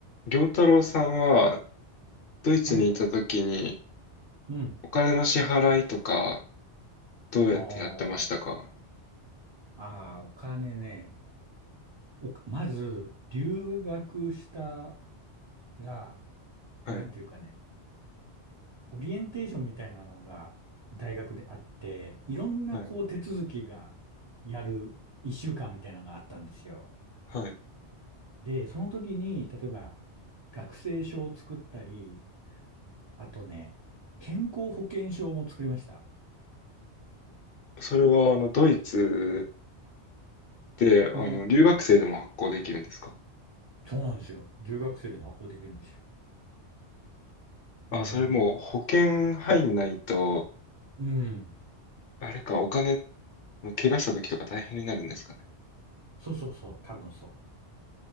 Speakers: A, on the left (about 60°); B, on the right (about 50°).
A: 良太郎さんはドイツにいた時に
B: はい。うん。
A: お金の支払いとかどうやってやってましたか
B: ああ。ああ、お金ね。おか、まず、留学したら、
A: はい、
B: なんていうかね、オリエンテーションみたいなのが大学であって、いろんなこう手続きがやる一週間みたいなのがあったんですよ。
A: はい、はい。
B: で、その時に、例えば学生証を作ったり、あとね、健康保険証も作りました。
A: それはあのドイツであの留学生でも発行できるんですか
B: の、そうなんですよ。留学生でも発行できるんですよ。
A: あ、
B: あの、
A: それもう保険入んないと、
B: うん。
A: あれかお金、怪我した時とか大変になるんですかね。
B: そうそうそう、多分そ